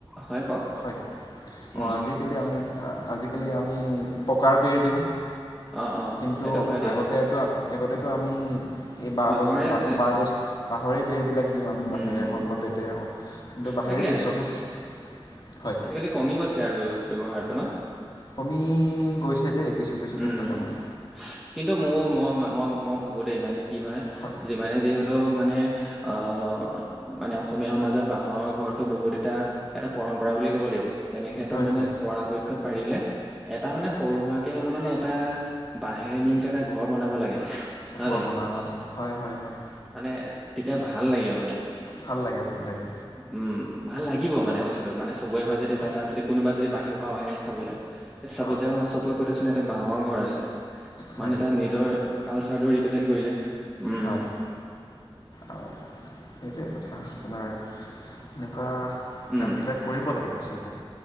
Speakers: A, in the centre; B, on the left (about 45°).
A: হয় কওক
B: হয়, অ',
A: উম
B: আজি কালি আমি, আজিকালি আমি পকাৰ বেৰ দিওঁ।
A: অ অ
B: কিন্তু
A: সেইটো হয় দেই
B: আগতেতো, আগতেতো আমি, এই বাহ
A: বাঁহৰে
B: গছ
A: আছিলে
B: বাহ বাঁহ গছ, বাঁহৰে বেৰবিলাক দিওঁ আমি, বাঁহেৰে
A: উম
B: হওঁক বা বেতেৰে হওঁক। ত', বাহেৰে
A: তাকে
B: <unintelligible> যথেষ্ট হয়
A: কালি কমি গৈছে আৰু ব্যৱহাৰটো ন'।
B: কমি গৈছে দেই, কিছু, কিছু ক্ষেত্ৰত
A: উম
B: আমাৰ।
A: কিন্তু মোৰ, মই, মই, মই ভাবো দেই মানে কি হয়
B: হয়।
A: যিমানে যি হ'লেও মানে, আহ মানে অসমীয়া সমাজত বাঁহৰ ঘৰটো, বহুত এটা, এটা পৰম্প পৰা বুলি ক'ব লাগিব, তেনেক্ষেত্ৰত
B: হয়
A: মানে
B: হয়
A: পৰাপক্ষত পাৰিলে এটা মানে সৰু সুআকে হ'লেও মানে, এটা বাঁহেৰে নিৰ্মিত এটা, ঘৰ বনাব লাগে। নহয়
B: ঘৰ
A: জানো
B: বনাব, অ', হয়, হয়, হয়।
A: মানে, তেতিয়া ভাল লাগে মানে।
B: ভাল লাগে, ভাল লাগে।
A: উম, ভাল লাগিব মানে
B: আৰু
A: <unintelligible> মানে চবৰে ঘৰত যদি এটা,
B: হয়
A: এটা যদি, কোনোবা যদি বাহিৰৰ পৰাও আহে চাবলে, তেতিয়া চাব
B: অঁ
A: যে অ' চব <unintelligible> চোন এটা বাঁহৰ ঘৰ আছে,
B: হয়
A: মানুহ এটা নিজৰ কালচাৰটো ৰিপ্ৰেজেন্ট কৰিলে উম
B: হয়, আ সেইটোৱেই কথা। <unintelligible> আপোনাৰ সেনেকুৱা
A: উম
B: কামবিলাক কৰিব লাগে আচলতে।